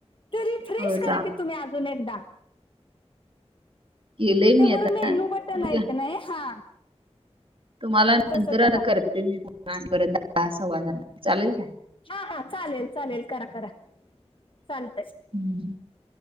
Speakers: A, on the left; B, on the right.
A: तरी फ्रेश
B: होय
A: करा
B: चाल
A: की तुम्ही अजून एकदा.
B: केलंय
A: ते
B: मी
A: वर
B: आता
A: मेनू
B: बघूया
A: बटन आहे का नाही हा
B: तुम्हाला नंतर
A: तसं करा
B: आता करते. तुम्ही परत द सव्वा झा <unintelligible> चालेल काय?
A: हा हा चालेल चालेल करा करा. चालतंय.
B: हम्म.